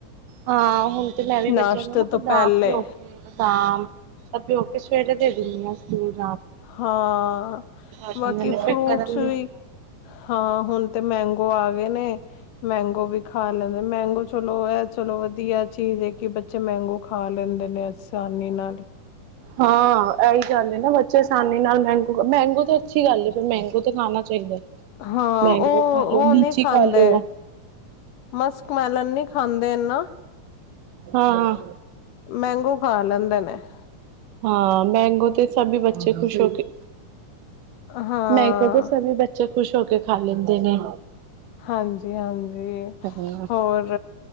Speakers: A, on the right; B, on the left.
A: ਹਾਂ ਹੁਣ ਤੇ ਮੈਂ ਵੀ ਬੱਚਿਆਂ
B: ਨਾਸ਼ਤੇ
A: ਨੂੰ ਨਾ
B: ਤੋਂ
A: ਬਦਾਮ
B: ਪਹਿਲੇ
A: ਪਿਓਕੇ ਬਦਾਮ ਸਭ ਪਿਓ ਕੇ ਸਵੇਟਰ ਦੇ ਦਿੰਦੀ ਹਾਂ ਹਮ
B: ਹਾਂ
A: ਲੈਂਦੇ
B: ਬਾਕੀ
A: ਨੇ
B: ਫਰੂਟਸ
A: ਫਿਰ ਗਰਮ
B: ਵੀ,
A: ਨੀ ਹੁੰਦਾ
B: ਹਾਂ ਹੁਣ ਤੇ ਮੈਂਗੋ ਔ ਆ ਗਏ ਨੇ, ਮੈਂਗੋ ਵੀ ਖਾ ਲੈ ਮੈਂਗੋ ਚਲੋ ਇਹ ਚਲੋ ਵਧੀਆ ਚੀਜ਼ ਹੈ ਕਿ ਬੱਚੇ ਮੈਂਗੋ ਖਾ ਲੈਂਦੇ ਨੇ ਆਸਾਨੀ ਨਾਲ ਹੀ
A: ਹਾਂ ਇਹੀ ਗੱਲ ਹੈ ਨਾ ਬੱਚੇ ਆਸਾਨੀ ਨਾਲ ਮੈਂਗੋ, ਮੈਂਗੋ ਤਾਂ ਅੱਛੀ ਗੱਲ ਏ, ਮੈਂਗੋ ਤੇ ਖਾਣਾ ਚਾਹੀਦਾ।
B: ਹਾਂ
A: ਮੈਂਗੋ
B: ਔ
A: ਖਾ ਲੋ
B: ਔ
A: ਲੀਚੀ
B: ਨਹੀਂ ਖਾਂਦੇ
A: ਖਾ ਲੋ
B: ਮਸਕ ਮੈਲਨ ਨੀ ਖਾਂਦੇ ਨਾ
A: ਹਾਂ।
B: ਮੈਂਗੋ ਖਾ ਲੈਂਦੇ ਨੇ। <inaudible>
A: ਹਾਂ, ਮੈਂਗੋ ਤੇ ਸਭੀ ਬੱਚੇ ਖੁਸ਼ ਹੋ ਕੇ,
B: ਹਾਂ
A: ਮੈਂਗੋ ਤੇ ਸਭੀ ਬੱਚੇ ਖੁਸ਼ ਹੋ ਕੇ ਖਾ ਲੈਂਦੇ ਨੇ।
B: ਹਾਂਜੀ ਹਾਂਜੀ,
A: ਹਾਂ।
B: ਹੋਰ